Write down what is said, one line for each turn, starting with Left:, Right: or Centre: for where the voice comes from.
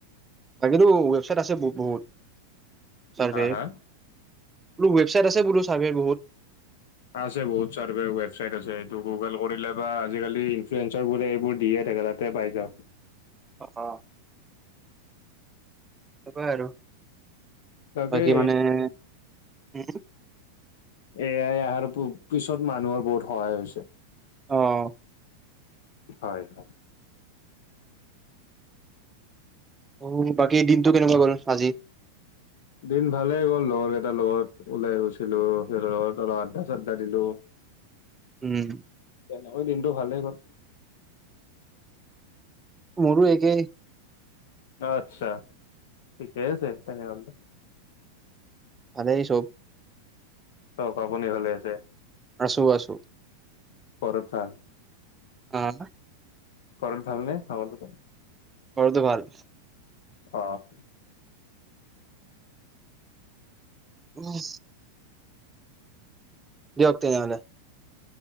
Right: বাকী ৱেবচাইট আছে টো বহুত। চাৰ্ভেৰ
Left: হা হা।
Right: বোলো ৱেবছাইট আছে বোলো ছাৰ্ভে বহুত।
Left: আছে বহুত চাৰ্ভে টৱেৱেবচাইট আছে এটো গুগল কৰিলে বা আজিকালি ইনফ্লয়েঞ্চৰবোৰে এইবোৰ দিয়ে থাকে তাতে পাই যাওঁক।
Right: অ! তবে আৰু
Left: তাকে
Right: বাকী মানে <unintelligible>
Left: এয়াই অহাৰ পিছত মানুহৰ বহুত সহায় হৈছে।
Right: অ'
Left: হয়! হয়!
Right: অ' বাকী দিনটো কেনেকুৱা গ'ল আজি?
Left: দিন ভালেই গ'ল, লগৰ কেইটাৰ লগত ওলাই গৈছিলো। সিহঁৰ লগত অলপ আধ্দা চাদ্দা দিলোঁ।
Right: উম!
Left: তেনেকৈ দিনটো ভালেই গ'ল।
Right: মোৰো একেই।
Left: আচ্ছা থিকেই আছে তেনেহ'লে।
Right: আনেই চব।
Left: চ পাবনি ভালে আছে?
Right: আছো আছো।
Left: পৰঠা।
Right: <unintelligible>
Left: পৰ ভাল নে হ দত?
Right: ঘৰটো ভাল।
Left: অ'
Right: উম! দিয়ক তেনেহ'লে।